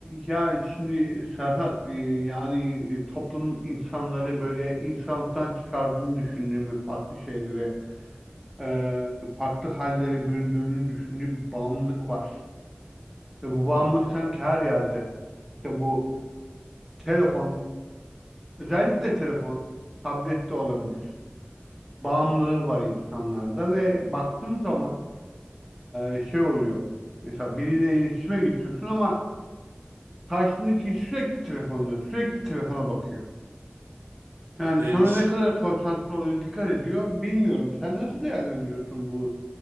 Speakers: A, in the centre; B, on the right (about 65°).
A: Ya şimdi e, Serhat e, yani e, toplum insanları böyle insanlıktan çıkardığını düşündüğümü farklı şeylere e, farklı hallere büründüğünü düşündüğüm bir bağımlılık var. Ve bu bağımlılık
B: Abi.
A: sanki her yerde. İşte bu telefon özellikle telefon tablet de olabilir. Bağımlılığı var insanlarda ve baktığım zaman e, şey oluyor. Mesela biriyle iletişime geçiyorsun ama karşındaki sürekli telefonda sürekli telefona bakıyor. Yani
B: Ee,
A: sana
B: ş-
A: ne kadar konsantre oluyor, dikkat ediyor bilmiyorum. Sen nasıl değerlendiriyorsun bu